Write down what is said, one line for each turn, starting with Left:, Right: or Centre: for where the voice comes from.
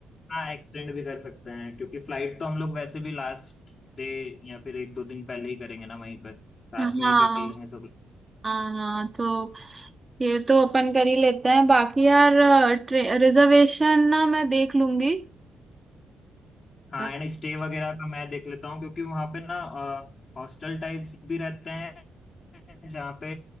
Left: हाँ एक्सटेंड भी कर सकते हैं क्योंकि फ्लाइट तो हम लोग वैसे भी लास्ट डे या फिर एक दो दिन पहले ही करेंगे ना वहीं पर साथ
Right: हाँ
Left: में
Right: हाँ
Left: ही कर लेंगे सब
Right: हाँ तो ये तो अपन कर ही लेते हैं बाकी यार रिजर्वेशन ना मैं देख लूंगी
Left: हाँ
Right: अ,
Left: एंड स्टे वगैरह का मैं देख लेता हूँ क्योंकि वहां पे ना हॉस्टल टाइप्स भी रहते हैं जहाँ पे